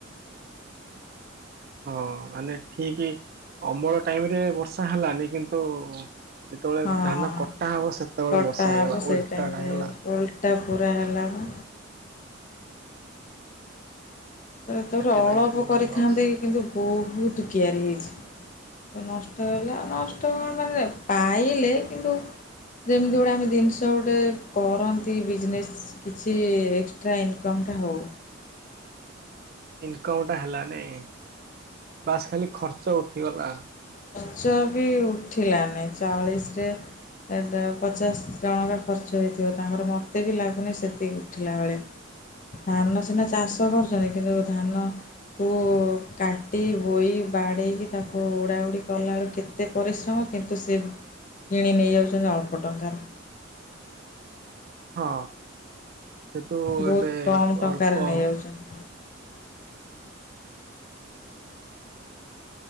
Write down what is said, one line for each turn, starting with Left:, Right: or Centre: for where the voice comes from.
Right: ହଁ ମାନେ ଠିକ ଅମଳ ଟାଇମ ରେ ବର୍ଷା ହେଲାନି କିନ୍ତୁ ଯେତେବେଳେ
Left: ହଁ।
Right: ଧାନ କଟା ହବ ସେତେବେଳେ
Left: କଟା
Right: ବର୍ଷା
Left: ହବ
Right: ହେଇଗଲା
Left: ସେଇ
Right: ଓଲଟାଟା
Left: ଟାଇମରେ
Right: ହେଇଗଲା।
Left: ଓଲଟା ପୁରା ହେଲାପା। ତାପରେ
Right: ସେଥିପାଇଁ
Left: ଅଳପ
Right: ପୁରା
Left: କରିଥାନ୍ତେ
Right: ଲସ୍।
Left: କିନ୍ତୁ ବହୁତ କିଆରି ହେଇଛି। ନଷ୍ଟ ହେଲା ନଷ୍ଟ କଣ ମାନେ ପାଇଲେ କିନ୍ତୁ ଯେମିତି ଗୁଟାଏ ଆମେ ଜିନିଷ ଗୋଟେ କରନ୍ତି ବିଜନେସ୍ କିଛି ଏକ୍ସଟ୍ରା ଇନକମ୍ ଟା ହଉ
Right: ଇନକମ ଟା ହେଲାନାଇ ବାସ୍ ଖାଲି ଖର୍ଚ୍ଚ ଉଠିିଗଲା।
Left: ଚ ବି ଉଠିଲାନି ଚାଳିଶରେ ଟ ପଚାଶ ଜଣକା ଖର୍ଚ୍ଚ ହେଇଥିବ। ତାଙ୍କର ମୋତେ ବି ଲାଗୁନି ସେତିକି ଉଠିଲା ଭଳିଆ। ଧାନ ସିନା ଚାଷ ଚାଷ କରୁଛନ୍ତି କିନ୍ତୁ ଧାନକୁ କାଟି ବୋଇ ବାଡ଼େଇକି ତାକୁ ଉଡ଼ା ଆ ଉଡ଼ି କଲାଏଲୁ କେତେ ପରିଶ୍ରମ କିନ୍ତୁ ସେ କିଣି ନେଇ ଯାଉଛନ୍ତି ଅଳ୍ପ ଟଙ୍କାରେ
Right: ହଁ ସେଠୁ
Left: ବହୁତ
Right: ଏବେ
Left: କମ୍ ଟଙ୍କାରେ
Right: ଅଳ୍ପ
Left: ନେଇଯାଉଛନ୍ତି
Right: ହଁ ହ